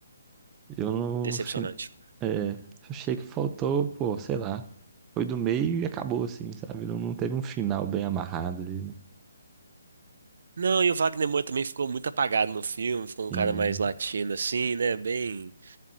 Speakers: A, on the right; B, on the right.
A: Eu não,
B: decepcionante.
A: fin- é, achei que faltou, pô, sei lá. Foi do meio e acabou, assim, sabe? Não, não teve um final bem amarrado ali, né?
B: Não, e o Wagner Moura também ficou muito apagado no filme, ficou um
A: Sim.
B: cara mais latino assim, né? Bem.